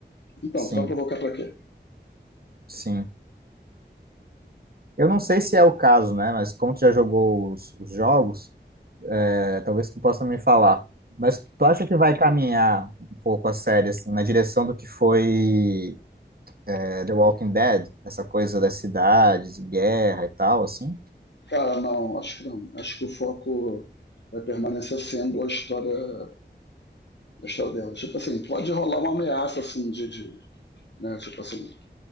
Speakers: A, on the left; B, on the right.
A: Então,
B: Sim,
A: tu vai provocar pra quê?
B: sim. Eu não sei se é o caso, né? Mas como tu já jogou os, os jogos, é, talvez tu possa me falar. Mas tu acha que vai caminhar um pouco a série assim, na direção do que foi é, The Walking Dead? Essa coisa das cidades, guerra e tal, assim?
A: Cara, não, acho que não. Acho que o foco vai permanecer sendo a história, a história dela. Tipo assim, pode rolar uma ameaça, assim, de, de né, tipo assim,